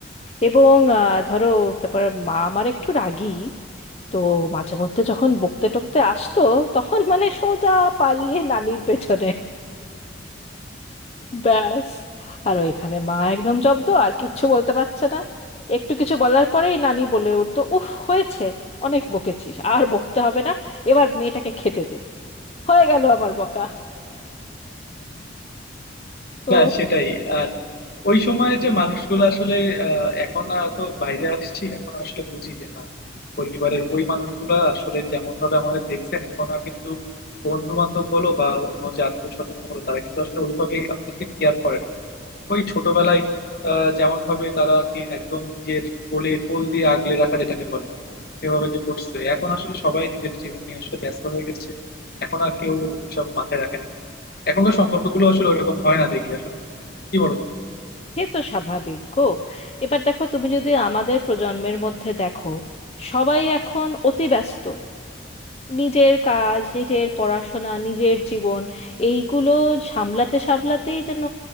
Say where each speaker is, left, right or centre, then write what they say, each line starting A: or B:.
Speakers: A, on the left; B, on the left.
A: এবং আহ, ধরো তারপর মা আমার একটু রাগী তো মাঝে মধ্যে যখন বকতে টকতে আসতো তখন মানে সোজা পালিয়ে নানির পেছনে ব্যাস আর ওইখানে মা একদম জব্দ আর কিচ্ছু বলতে পারছে না একটু কিছু বলার পরেই নানি বলে উঠতো উফ হয়েছে অনেক বকেছিস আর বকতে হবে না এবার মেয়েটাকে খেতে দে হয়ে গেল আমার বকা
B: না
A: ও
B: সেটাই আর ওই সময়ের যে মানুষগুলো আসলে আহ, এখন না তো বাইরে আসছি এখন আসলে বুঝি যে না পরিবারের ওই মানুষগুলো আসলে যেমন ভাবে আমাদের দেখছেন এখন আর কিন্তু বন্ধু বান্ধব বলো বা অন্য যে আত্মীয় স্বজন বলো তারা কিন্তু আসলে ওইভাবেই আমাদেরকে কেয়ার করে না। ওই ছোটবেলায় আহ যেমন ভাবে তারা আর কি একদম নিজের কোলে কোল দিয়ে আগলে রাখা যেটাকে বলে সেভাবে যে করছে এখন আসলে সবাই নিজের জীবন নিয়ে আসলে ব্যস্ত হয়ে গেছে এখন আর কেউ এসব মাথায় রাখে না এখনকার সম্পর্কগুলো আসলে ওরকম হয় না দেখি আসলে কি বলো
A: সে তো স্বাভাবিক গো এবার দেখো তুমি যদি আমাদের প্রজন্মের মধ্যে দেখো সবাই এখন অতি ব্যস্ত নিজের কাজ নিজের পড়াশোনা নিজের জীবন এইগুলো সামলাতে সামলাতেই যেন